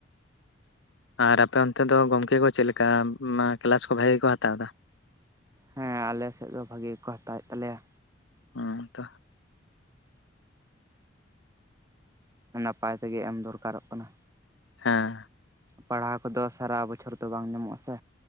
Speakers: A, on the left; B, on the right.
A: ᱟᱨ ᱟᱯᱮ ᱚᱱᱛᱮ ᱫᱚ ᱜᱚᱝᱠᱮ ᱠᱚ ᱪᱮᱫ ᱞᱮᱠᱟ ᱠᱮᱞᱟᱥ ᱠᱚ ᱵᱷᱟᱜᱮ ᱜᱮ ᱠᱚ ᱦᱟᱛᱟᱣ ᱫᱟ
B: ᱦᱮᱸ ᱟᱞᱮᱥᱮᱫ ᱫᱚ ᱵᱷᱟᱜᱤ ᱜᱮᱠᱚ ᱦᱟᱛᱟᱣᱮᱫ ᱛᱟᱞᱮᱭᱟ
A: ᱦᱮᱸ ᱛᱚ
B: ᱱᱟᱯᱟᱭ ᱛᱮᱜᱮ ᱮᱢ ᱫᱚᱨᱠᱟᱨᱚᱜ ᱠᱟᱱᱟ
A: ᱦᱮᱸ
B: ᱯᱟᱲᱦᱟᱣ ᱠᱚᱫᱚ ᱥᱟᱨᱟ ᱵᱚᱪᱷᱚᱨ ᱫᱚ ᱵᱟᱝ ᱧᱟᱢᱚᱜ-ᱟ ᱥᱮ